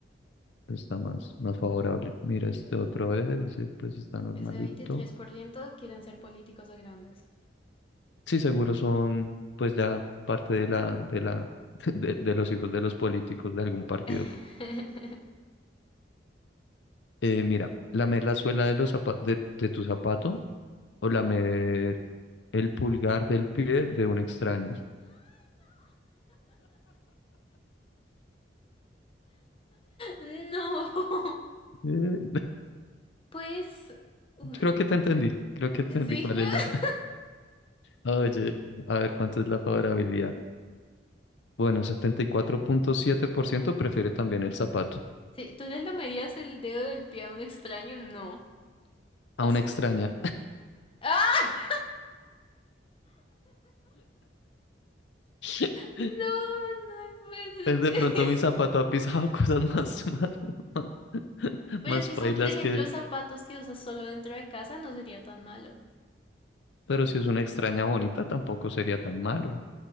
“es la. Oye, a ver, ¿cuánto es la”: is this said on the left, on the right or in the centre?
Left